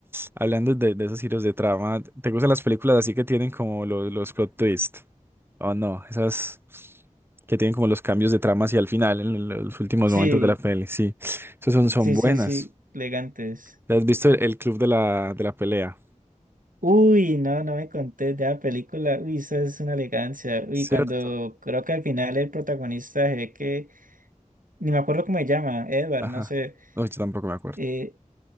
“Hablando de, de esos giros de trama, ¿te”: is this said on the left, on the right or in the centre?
Right